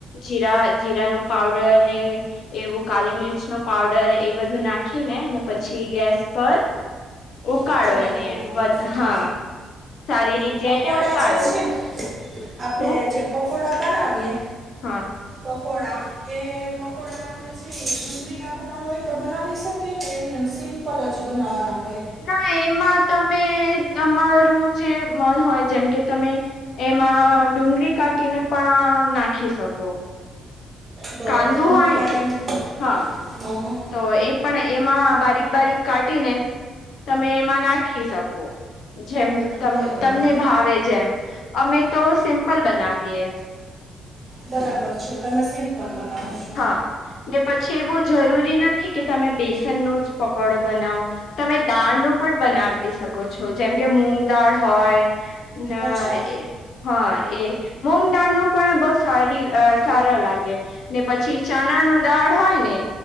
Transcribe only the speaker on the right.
ચડાઈ
દેવાનું
એ પકોડા
જે છે, આપડે
જે પકોડા બનાવીએ.
પકોડા એ પકોડા આપડે જે ડુંગરી ના બનાવવા હોય તો બનાવી શકીએ. કે એમને એમ સિમ્પલ જ બનાવવાના હોય.
બરોબર
ડુંગળી
કાઢીને
હા હા
બરોબર
બરાબર છે, તમે સિમ્પલ બનાવો છો.
અચ્છા